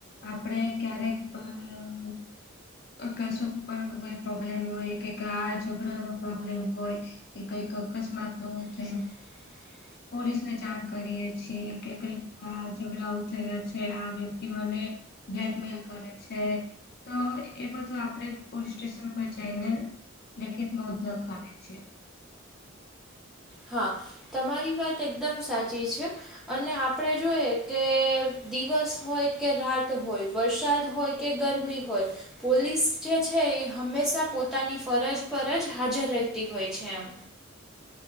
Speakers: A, on the left; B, in the centre.
A: આપડ ક્યારેક પણ. આકાશ ઉપર કોઈ પણ પ્રોબ્લેમ હોય કે કાળાચક્ર નો પ્રોબ્લેમ હોય. એ કઈ ક અકસ્માત હોય.
B: <inaudible>
A: પોલીસ ને જાણ કરીએ છીએ કે કઈક ઝઘડાઓ થયા છે આ વ્યક્તિ મને બ્લેકમેલ કરે છે. તો એ બધું આપડે પોલીસ સ્ટેશન પર જઈને લેખિત નોંધ લખાવે છે.
B: હા તમારી વાત એકદમ સાચી છે. અને આપણે જોઈએ કે દિવસ હોય કે રાત હોય વરસાદ હોય. કે ગરમી હોય. પોલીસ જે છે એ હંમેશા પોતાની ફરજ પર જ હાજર રહેતી હોય છે એમ.